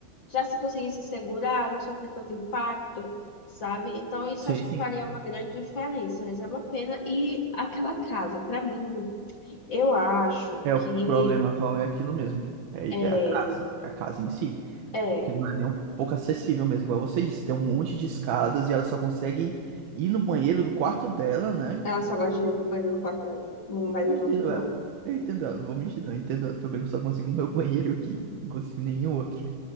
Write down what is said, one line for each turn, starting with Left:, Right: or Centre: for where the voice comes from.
Left: já se conseguisse segurar, não sofrer tanto impacto, sabe? Então, isso
Right: sei
Left: acho que
Right: sim.
Left: faria uma grande diferença, mas é uma pena. E aquela casa, para mim, eu acho
Right: É,
Left: que
Right: o problema atual é aquilo mesmo. É,
Left: é,
Right: é a casa, a casa em si.
Left: é,
Right: Porque não é nem um pouco acessível mesmo, igual você disse. Tem um monte de escadas e ela só consegue ir no banheiro do quarto dela, né?
Left: ela só gosta de ir no banheiro no quarto dela, não vai
Right: Eu
Left: nos
Right: entendo
Left: outros, não.
Right: ela. Eu entendo ela, não vou mentir, não. Eu entendo ela. Também que eu só consigo no meu <laughs> banheiro aqui. Não consigo em nenhum outro.